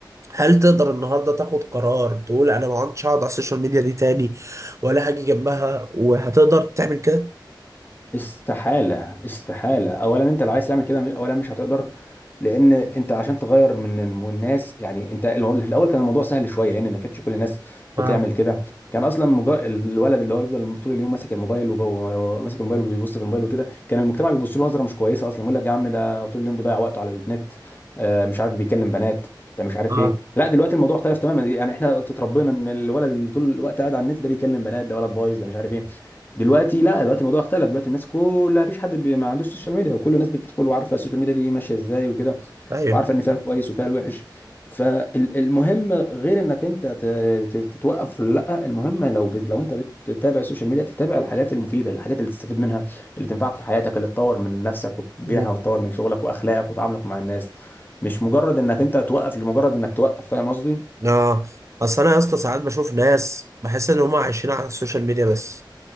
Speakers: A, on the right; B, on the left.
A: هل تقدر النهاردة تاخد قرار تقول انا ما عدتش هقعد على السوشيال ميديا دي تاني ولا هاجي جنبها وهتقدر تعمل كده
B: استحالة استحالة أولا أنت اللي عايز تعمل كده أولا مش هتقدر لأن أنت عشان تغير من الم- الناس يعني أنت الموضوع في الأول كان الموضوع سهل شوية لأن ما كانتش كل الناس
A: اه
B: بتعمل كده كان أصلا مجا... الولد اللي هو يفضل طول اليوم ماسك الموبايل وب... وماسك الموبايل وبيبص في الموبايل وكده كان المجتمع بيبص له نظرة مش كويسة أصلا يقول لك يا عم ده طول اليوم بيضيع وقته على النت آه، مش عارف بيكلم بنات ده مش عارف
A: اه
B: ايه لا دلوقتي الموضوع اختلف تماما يعني احنا اتربينا ان الولد اللي طول الوقت قاعد على النت ده بيكلم بنات ده ولد بايظ ده مش عارف ايه دلوقتي لا دلوقتي الموضوع اختلف دلوقتي الناس كلها مفيش حد بي... ما عندوش سوشيال ميديا وكل الناس بتدخل وعارفه السوشيال ميديا دي ماشيه ازاي وكده
A: ايوه
B: وعارفه ان فيها الكويس وفيها الوحش فالمهم غير انك انت ت... ت- تتوقف لا المهم لو بت... لو انت بتتابع السوشيال ميديا تتابع الحاجات المفيده الحاجات اللي تستفيد منها اللي تنفعك في حياتك اللي تطور من نفسك وتبيعها
A: مم.
B: وتطور من شغلك واخلاقك وتعاملك مع الناس مش مجرد انك انت توقف لمجرد انك توقف فاهم قصدي؟
A: اه اصل انا يا اسطى ساعات بشوف ناس بحس ان هم عايشين على السوشيال ميديا بس